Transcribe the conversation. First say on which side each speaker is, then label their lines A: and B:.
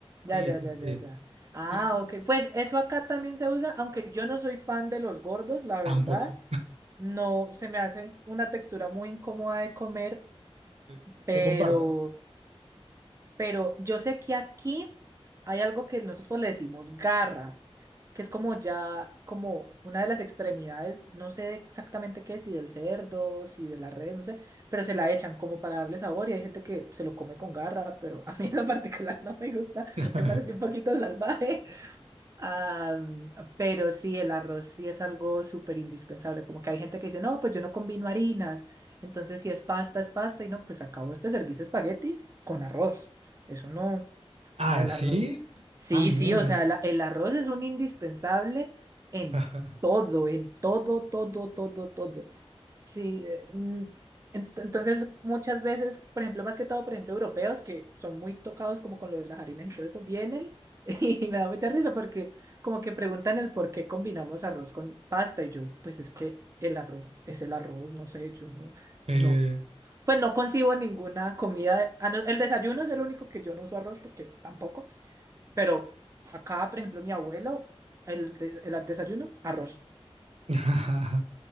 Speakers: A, on the right; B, on the right.
A: Ya,
B: Sí,
A: ya,
B: sí,
A: ya, ya,
B: sí.
A: ya. Ah,
B: Y
A: ok. Pues eso acá también se usa, aunque yo no soy fan de los gordos, la
B: tampoco.
A: verdad. No, se me hacen una textura muy incómoda de comer,
B: Sí,
A: pero...
B: Lo comparto.
A: Pero yo sé que aquí hay algo que nosotros le decimos garra, que es como ya, como una de las extremidades, no sé exactamente qué, si del cerdo, si de las redes, no sé, pero se la echan como para darle sabor y hay gente que se lo come con garra, pero a mí en lo particular <laughs> no me gusta,
B: <laughs>
A: me parece un poquito salvaje. Ah, pero sí, el arroz sí es algo súper indispensable. Como que hay gente que dice, no, pues yo no combino harinas. Entonces, si es pasta, es pasta. Y no, pues acabo este servicio de espaguetis con arroz. Eso no,
B: Ah,
A: el
B: ¿sí?
A: arroz. Sí,
B: Ah, mira.
A: sí, o sea, la- el arroz es un indispensable en
B: <laughs>
A: todo, en todo, todo, todo, todo. Sí, eh, mm, ent- entonces muchas veces, por ejemplo, más que todo, por ejemplo, europeos que son muy tocados como con lo de las harinas y todo eso, vienen <laughs> y me da mucha risa porque como que preguntan el por qué combinamos arroz con pasta y yo, pues es que el arroz es el arroz, no sé, yo no,
B: Sí.
A: no, pues no concibo ninguna comida, ah, no, el desayuno es el único que yo no uso arroz porque tampoco, pero acá, por ejemplo, mi abuelo, el, de- el desayuno, arroz.
B: <laughs>